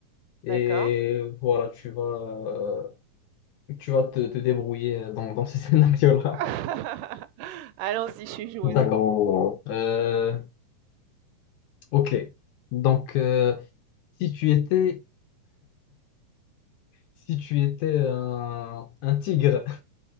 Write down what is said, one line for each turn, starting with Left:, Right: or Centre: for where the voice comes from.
Left: et
Right: d'accord.
Left: voilà, tu vas euh, tu vas te, te débrouiller dans, dans ce <laughs> scénario-là.
Right: <laughs> Allons-y, je suis joueuse.
Left: D'accord. Oh. Euh, ok. Donc euh, si tu étais si tu étais un, un tigre,